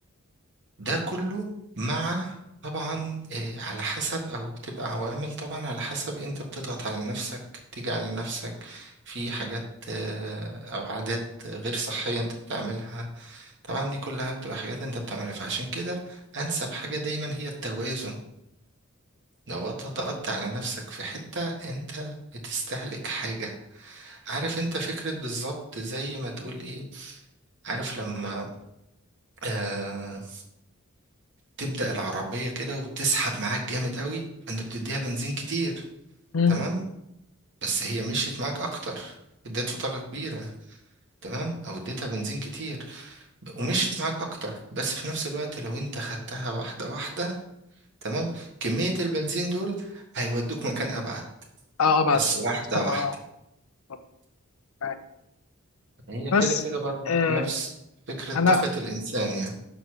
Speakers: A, on the right; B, on the left.
A: ده كله مع طبعا إيه، على حسب او بتبقى عوامل طبعا على حسب انت بتضغط على نفسك بتيجي على نفسك في حاجات آه، او عادات غير صحية انت بتعملها طبعا
B: ايوه
A: دي كلها بتبقى حاجات انت بتعملها فعشان كده انسب حاجة دايما هي التوازن لو انت ضغطت على نفسك في حتة انت بتستهلك حاجة عارف انت فكرة بالظبط زي ما تقول ايه عارف لما آه تبدأ العربية كده وتسحب معاك جامد قوي انت بتديها بنزين كتير
B: مم.
A: تمام بس هي مشيت معاك اكتر اديتها طاقة كبيرة تمام او اديتها بنزين كتير ومشيت معاك اكتر بس في نفس الوقت لو انت خدتها واحدة واحدة تمام كمية البنزين دول هيودوك مكان أبعد
B: اه آه، بعد
A: بس واحدة
B: بصراحه
A: واحدة
B: اه آه، معاك.
A: هي
B: بس
A: كده كده برضه
B: آه،
A: نفس فكرة
B: انا
A: طاقة الإنسان يعني